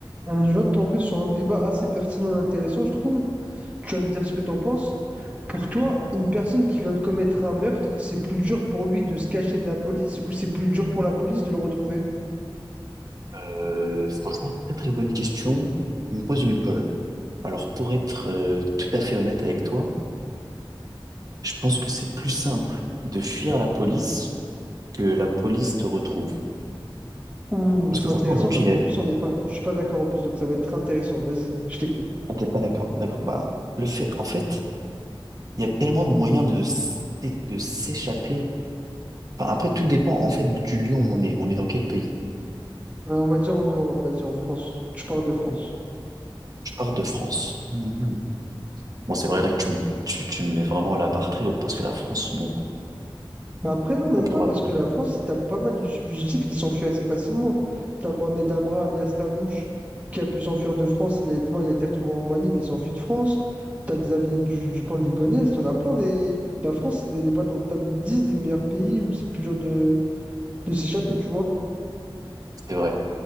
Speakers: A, on the right; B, on the right.
A: On vient de tomber sur un débat assez pertinent et intéressant, je trouve. Tu vas me dire ce que t'en penses. Pour toi, une personne qui vient de commettre un meurtre, c'est plus dur pour lui de se cacher de la police ou c'est plus dur pour la police de le retrouver?
B: Euh, franchement, très très bonne question. Tu me poses une colle. Alors, pour être euh, tout à fait honnête avec toi, je pense que c'est plus simple de fuir la police que la police te retrouve.
A: Ouh,
B: Parce
A: c'est
B: que
A: intéressant
B: franchement, aujourd'hui,
A: parce
B: il
A: qu'en
B: y a...
A: plus, on n'est pas, je suis pas d'accord en plus, donc ça va être très intéressant. Vas-y, je t'écoute.
B: Ah, t'es pas d'accord. D'accord. Bah, le fait, en fait, il y a tellement de moyens de s'é- de s'échapper. Enfin, après, tout dépend en fait du lieu où on est. On est dans quel pays?
A: Euh, on va dire en Europe, vas-y, en France. Tu parles de France.
B: Je pars de France. Mhm. Bon, c'est vrai là que tu, me- tu, tu me mets vraiment la barre très haute parce que la France, bon,
A: Bah Après, non, même pas,
B: on va.
A: parce que la France, t'as pas mal de fugitifs qui s'enfuient assez facilement. T'as Mohamed Amra, alias Lamouche, qui a pu s'enfuir de France. Il a été, bon, il a été retrouvé en Roumanie, mais il s'enfuit de France. T'as Xavier Du- Dupont de Ligonnès. T'en as plein. Des... La France, elle n'est pas dans le top 10 des meilleurs pays où c'est le plus dur de, de s'échapper, tu vois.
B: C'est vrai.